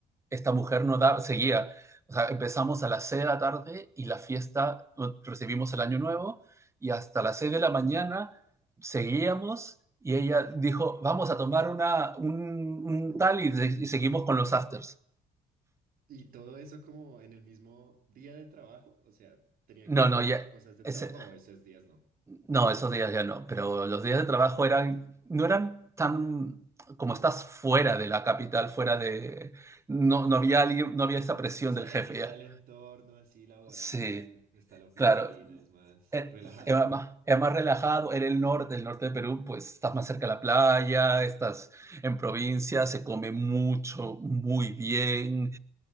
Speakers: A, on the right (about 15°); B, on the right (about 60°).
A: esta mujer no da, seguía. O sea, empezamos a las 6 de la tarde y la fiesta, recibimos el año nuevo y hasta las 6 de la mañana seguíamos y ella dijo, vamos a tomar una, un, un tal y, y, seguimos con los afters.
B: Y todo eso como en el mismo día de trabajo, o sea, tenían
A: No,
B: que hacer
A: no, ya,
B: cosas de trabajo
A: ese,
B: o esos días no.
A: no, esos días ya no, pero los días de trabajo eran, no eran tan, como estás fuera de la capital, fuera de, no, no había alguien, no había esa presión
B: Sí,
A: del jefe
B: no está
A: ya.
B: el entorno así laboral,
A: Sí,
B: no está la oficina,
A: claro,
B: es más
A: eh,
B: relajado.
A: Era más, era más relajado, era el norte, el norte de Perú, pues estás más cerca de la playa, estás en provincia, se come mucho, muy bien,